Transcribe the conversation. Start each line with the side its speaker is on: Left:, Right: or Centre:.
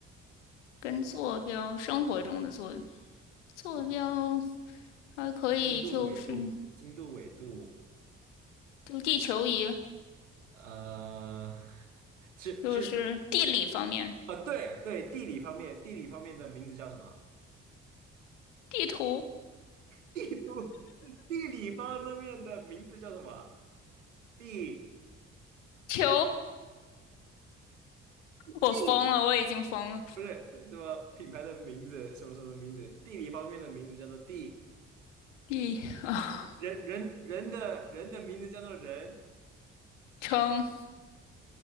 Right: 坐标，
Left: 跟坐标生活中的坐坐标
Right: 就是
Left: 还可以就是
Right: 经度、纬度、经度、纬度，
Left: 就地球仪，
Right: 呃，<laughs> 是是
Left: 就是地理方面。
Right: 啊，对对，地理方面，地理方面的名字叫什么？
Left: 地图
Right: 地图，地理方面的名字叫什么？地
Left: 球，我疯了，
Right: 地
Left: 我已经疯了。
Right: 不是什么品牌的名字，什么什么名字？地理方面的名字叫做地，
Left: 地啊，
Right: 人人人的人的名字叫做人，
Left: 称